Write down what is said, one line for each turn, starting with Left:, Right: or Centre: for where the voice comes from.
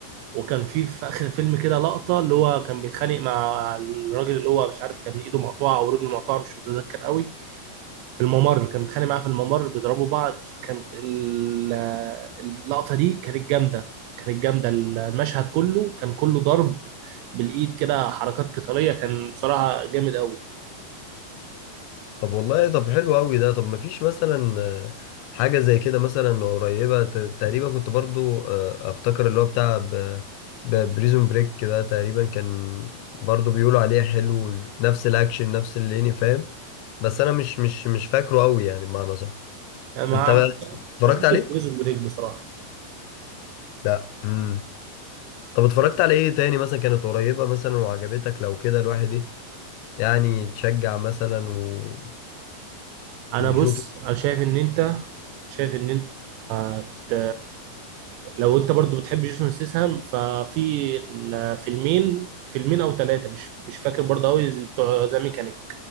Right: وكان في في اخر الفيلم كده لقطه اللي هو كان بيتخانق مع الراجل اللي هو مش عارف كان ايده مقطوعه او رجله مقطوعه مش متذكر قوي في الممر كان بيتخانق معاه في الممر بيضربوا بعض كانت ال- اللقطه دي كانت جامده كانت جامده المشهد كله كان كله ضرب بالايد كده حركات قتاليه كان بصراحه جامد قوي
Left: طب والله طب حلو قوي ده طب مفيش مثلا آه، حاجة زي كده مثلا قريبة ت- تقريبا كنت برضو آه، افتكر اللي هو بتاع بريزون بريك ده تقريبا كان برضو بيقولوا عليه حلو ز- نفس الاكشن نفس الليني فاهم بس انا مش مش مش فاكره قوي يعني بمعنى صح
Right: ما
Left: انت بقى اتفرجت
Right: ما شفتش
Left: عليه
Right: بريزون بريك بصراحه
Left: لا امم طب اتفرجت على ايه تاني مثلا كانت قريبة مثلا وعجبتك لو كده الواحد إيه يعني تشجع مثلا و...
Right: انا
Left: ويشوف
Right: بص انا شايف ان انت شايف ان انت هت... لو انت برضو بتحب جيسون ستاثام ففي ال- فيلمين فيلمين او ثلاثه مش مش فاكر برضو قوي بتوع ذا ميكانيك